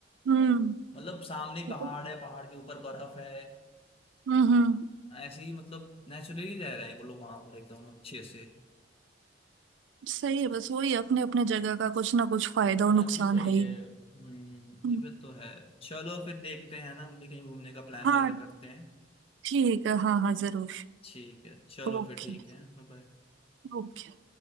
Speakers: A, on the right; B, on the left.
A: हम्म
B: मतलब सामने ही पहाड़
A: हम्म
B: है पहाड़ के ऊपर बर्फ है
A: हम्म।
B: ऐसे ही मतलब नेचुरली रह रहे हैं वो लोग वहां पर एकदम अच्छे से
A: सही है बस वही अपने अपने जगह का कुछ ना कुछ फायदा
B: ये
A: और
B: बात
A: नुकसान
B: भी सही
A: है ही
B: है हम्म
A: हम्म,
B: ये बात तो है चलो फिर देखते हैं ना हम भी कहीं घूमने का प्लान
A: हाँ
B: वगैरह करते हैं
A: ठीक है हाँ हाँ जरूर
B: ठीक है चलो
A: ओके
B: फिर ठीक है बाय
A: ओके